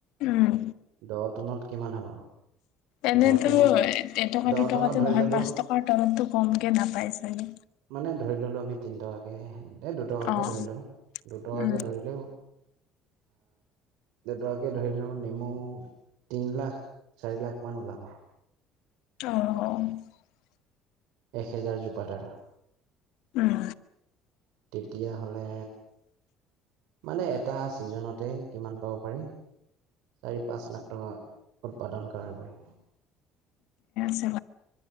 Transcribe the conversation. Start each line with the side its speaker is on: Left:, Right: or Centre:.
Left: উম,
Right: দহ টনত কিমান হ'ব
Left: এনেতো
Right: দহ টনত
Left: এটকা
Right: দহ
Left: দুটকাত
Right: টনত ধৰি
Left: নহয়
Right: ল'লোঁ
Left: পাঁচ টকাৰ তলতটো কম কে নাপায় চাগে
Right: মানে ধৰি ললো আমি তিন টকাকে এ দুটকাকৈ
Left: অ',
Right: ধৰি লও দুটকাকৈ
Left: উম,
Right: ধৰিলেও দুটকাকে ধৰি লও নেমু তিন লাখ চাৰি লাখ মান ওলাব
Left: অ
Right: এহেজাৰ জোপডাৰ
Left: উম
Right: তেতিয়া হলে মানে এটা ছিজনতে কিমান পাব পাৰি চাৰি পাঁচ লাখ টকা উৎপাদন কৰে পাৰি
Left: ছে